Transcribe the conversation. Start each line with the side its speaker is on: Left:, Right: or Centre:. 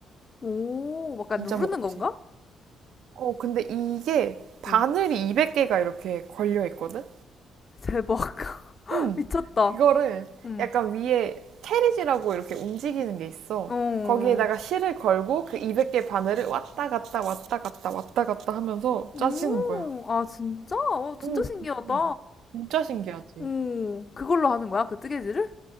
Left: 오, 약간
Right: 진짜
Left: 누르는
Right: 무겁지.
Left: 건가?
Right: 어, 근데 이게 바늘이
Left: 응.
Right: 200개가 이렇게 걸려 있거든?
Left: 대박. <laughs>
Right: 음,
Left: 미쳤다.
Right: 그거를
Left: 응.
Right: 약간 위에 캐리지라고 이렇게 움직이는 게 있어.
Left: 어.
Right: 거기에다가 실을 걸고 그 200개 바늘을 왔다 갔다 왔다 갔다 왔다 갔다 하면서
Left: 오,
Right: 짜시는 거야.
Left: 아, 진짜? 어, 진짜
Right: 응,
Left: 신기하다.
Right: 응, 응. 진짜 신기하지.
Left: 오, 그걸로 하는 거야? 그 뜨개질을?